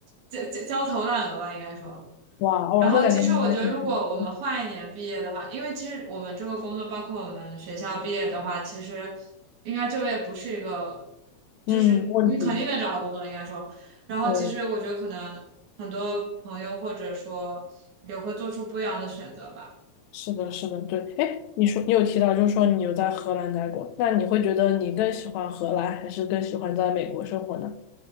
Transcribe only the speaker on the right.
焦焦焦头烂额吧，应该说。
然后，
其实我觉得，如果我们换一年毕业的话，因为其实我们这个工作，包括我们学校毕业的话，其实应该就业不是一个，就是你肯定能找到工作，
应该说。然后，
其实我觉得可能很多朋友或者说也会做出不一样的选择吧。